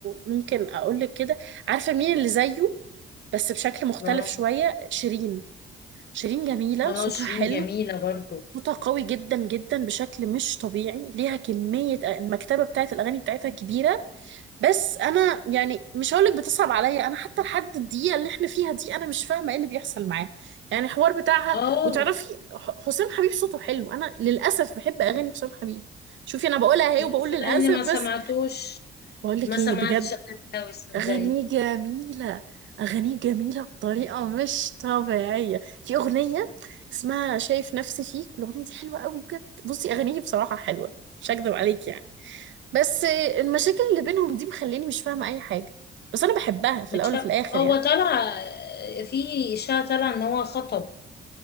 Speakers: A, on the right (about 70°); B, on the left (about 55°).
A: ممكن أقولك كده عارفة مين اللي زيه بس بشكل مختلف
B: اه
A: شوية شيرين شيرين جميلة
B: آه،
A: صوتها
B: شيرين
A: حلو
B: جميلة برضو
A: صوتها قوي جدا جدا بشكل مش طبيعي ليها كمية المكتبة بتاعت الأغاني بتاعتها كبيرة بس انا يعني مش هقولك بتصعب عليا انا حتى لحد الدقيقه اللي احنا فيها دي انا مش فاهمه ايه اللي بيحصل معاه يعني الحوار بتاعها
B: اه
A: وتعرفي ح- حسام حبيب صوته حلو انا للاسف بحب اغاني حسام حبيب شوفي انا بقولها اهي وبقول
B: صدقني
A: للاسف
B: ما
A: بس
B: سمعتوش
A: بقولك
B: ما
A: ايه
B: سمعتش
A: بجد
B: أغاني قوي صدقني
A: اغانيه جميله اغانيه جميله بطريقه مش طبيعيه في اغنيه اسمها شايف نفسي فيك الاغنيه دي حلوه قوي بجد بصي اغانيه بصراحه حلوه مش هكدب عليكي يعني بس المشاكل اللي بينهم دي مخليني مش فاهمة أي حاجة بس أنا بحبها في
B: مش
A: الأول
B: فاهم
A: وفي الآخر
B: هو
A: يعني
B: طلع آه، في إشاعة طلع إن هو خطب